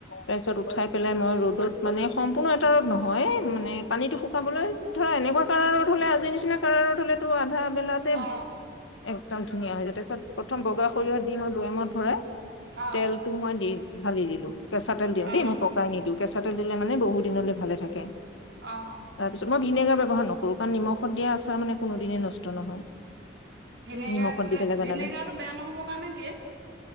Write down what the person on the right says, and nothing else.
অ
অ
অ
আহ
ভিনেগাৰ
দিলে
ভিনেগাৰটো বেয়া নহ'ব কাৰণে দিয়ে